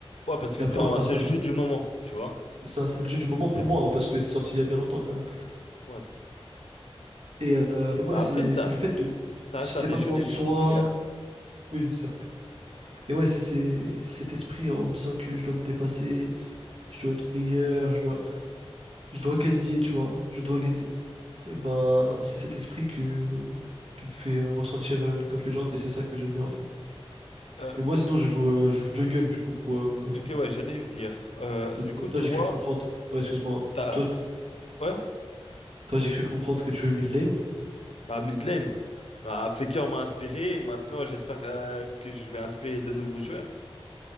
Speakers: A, on the left; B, on the right.
A: Ouais, parce que
B: Et
A: t'es
B: après, on
A: en-
B: va pas
A: c'est
B: se mentir.
A: le jeu du moment, tu vois.
B: C'est ça, c'est le jeu du moment
A: Ok.
B: pour moi, hein, parce que c'est sorti il y a bien longtemps quand même.
A: Ouais.
B: Et, euh, et voilà,
A: Bah,
B: c'est
A: après, ça,
B: c'est le fait de
A: ça
B: ce
A: reste un
B: dépassement
A: des jeux les
B: de
A: plus
B: soi.
A: populaires.
B: Oui, certes. Mais ouais, c'est c'est cet esprit en me disant que je dois me dépasser, je dois être meilleur, je dois, je dois gagner, tu vois. Je dois gagner. Et ben,
A: Hmm.
B: c'est cet esprit que, qui me fait euh, ressentir euh, League of Legends et c'est ça que j'aime bien en fait.
A: Euh,
B: Et moi, sinon, je joue, euh, je joue jungle, du coup, pour... euh,
A: ok, ouais, j'allais y venir. Euh,
B: to-
A: du coup,
B: Toi,
A: toi,
B: j'ai cru comprendre... Ouais, excuse-moi.
A: t'as...
B: Toi,
A: Ouais?
B: toi j'ai cru comprendre que tu jouais mid lane.
A: Bah, mid lane. Bah, Faker m'a inspiré. et Maintenant, j'espère euh, que je vais inspirer de nouveaux joueurs.